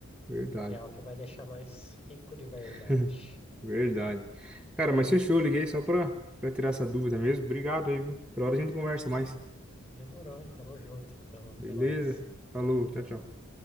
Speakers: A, in the centre; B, on the left.
A: verdade.
B: que é o que vai deixar nós rico de verdade.
A: <laughs> Verdade. Cara, mas fechou, liguei só pra, pra tirar essa dúvida mesmo. Obrigado aí, viu? Por hora a gente conversa mais.
B: Demorou, tamo junto, então, até
A: Beleza?
B: mais.
A: Falou, tchau, tchau.